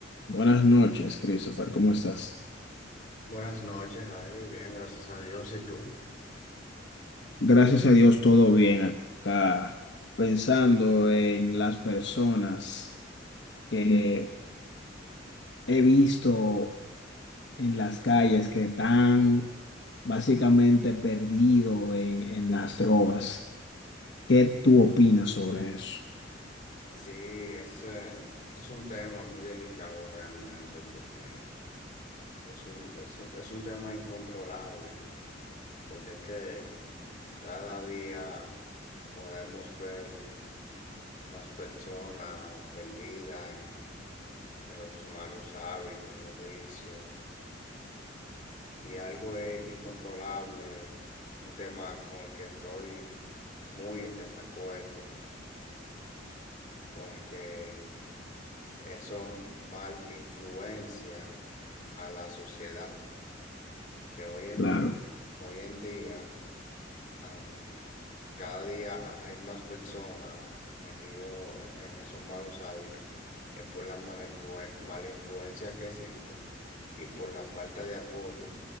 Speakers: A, on the left; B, on the left.
A: Buenas noches, Christopher, ¿cómo estás?
B: Buenas noches, Javi. Bien, gracias a Dios. ¿Y tú?
A: Gracias a Dios, todo bien acá, pensando en las personas que he visto en las calles que están básicamente perdidos en, en las drogas. ¿Qué tú opinas sobre eso?
B: Sí, es, eh, es un tema muy delicado realmente porque es un, es, es un tema incontrolable, porque es que cada día podemos ver más personas perdidas en, en los malos hábitos, en los vicios, y algo es incontrolable, un tema con el que estoy muy en desacuerdo, porque... Eso mal influencia a la sociedad, que hoy en
A: Claro.
B: día, hoy en día, am, cada día ha- hay más personas metidas en esos malos hábitos, es por la mala influe- mala influencia que existe y por la falta de apoyo